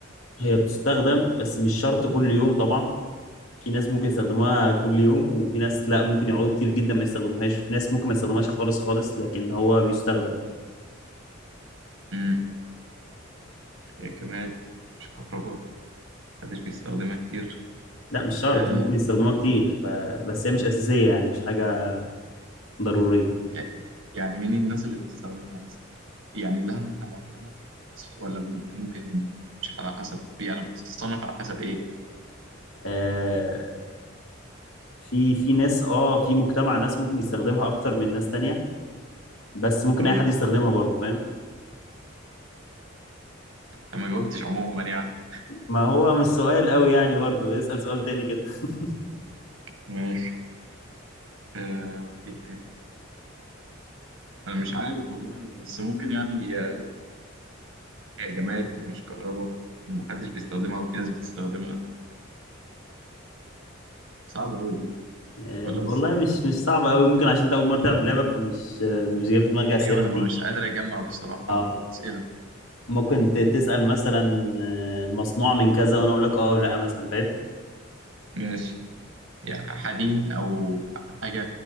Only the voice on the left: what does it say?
هي بتستخدم بس مش شرط كل يوم طبعا في ناس ممكن يستخدموها كل يوم وفي ناس لا ممكن يقعدوا كتير جدا ما يستخدموهاش وفي ناس ممكن ما يستخدمهاش خالص خالص لكن هو بيستخدم
لا مش شرط
ممكن يستخدموها كتير ف... بس هي مش أساسية يعني مش حاجة ضرورية
آه، في في ناس اه في مجتمع ناس ممكن يستخدمها اكتر من ناس تانية بس ممكن
اي حد يستخدمها برضه فاهم
ما هو مش سؤال قوي يعني برضه اسأل سؤال تاني كده <laughs>
آه،
والله
مش مش صعب قوي ممكن عشان انت اول مرة تلعب اللعبة فمش آه، مش جاي في دماغي اسئلة
كتير
اه
ممكن ت- تسأل مثلا آه، مصنوع من كذا وانا اقول لك اه أو لا مثلا فاهم